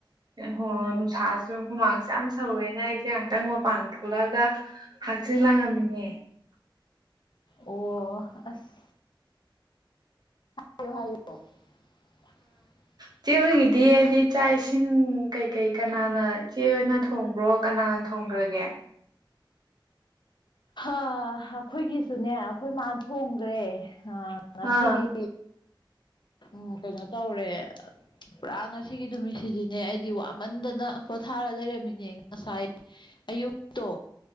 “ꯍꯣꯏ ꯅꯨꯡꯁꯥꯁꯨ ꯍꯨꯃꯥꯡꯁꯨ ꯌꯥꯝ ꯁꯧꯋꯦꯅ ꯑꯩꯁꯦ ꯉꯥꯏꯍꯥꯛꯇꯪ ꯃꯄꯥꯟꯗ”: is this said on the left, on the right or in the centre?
Right